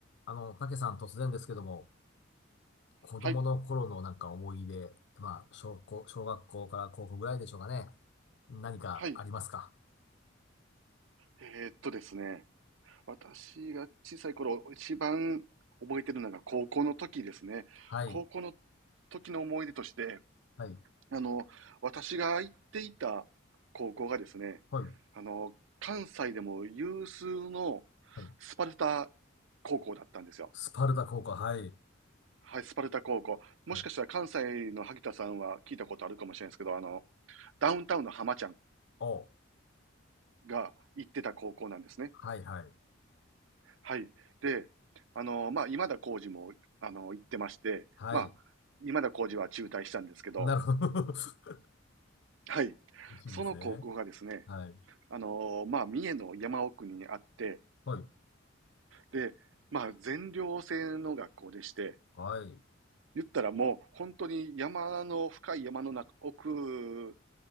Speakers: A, on the left (about 60°); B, on the right (about 70°).
A: あの、たけさん突然ですけども、子供の頃のなんか思い出、
B: はい、
A: まあ、小校、小学校から高校ぐらいでしょうかね。何かありますか
B: はい。えーっとですね、私が小さい頃、一番覚えてるのが高校の時ですね。
A: はい、
B: 高校の時の思い出として、
A: はい、
B: あの、私が行っていた高校がですね、
A: はい、
B: あの、関西でも有数の
A: はい。
B: スパルタ高校だったんですよ。
A: スパルタ高校、はい、
B: はい、スパルタ高校。
A: はい。
B: もしかしたら関西の萩田さんは聞いたことあるかもしれないですけど、あの、ダウンタウンの浜ちゃん
A: お、
B: が行ってた高校なんですね。
A: はい、はい、
B: はい。で、あの、まあ、今田耕司も、あの、行ってまして、
A: はい。
B: まあ、今田耕司は中退したんですけど、
A: なるほど。<laughs>
B: はい。
A: いいんですね。
B: その高校がですね、
A: はい、
B: あの、まあ、三重の山奥にあって、
A: はい、
B: で、まあ、全寮制の学校でして、
A: はい、
B: 言ったらもう、本当に山の、深い山の中、奥、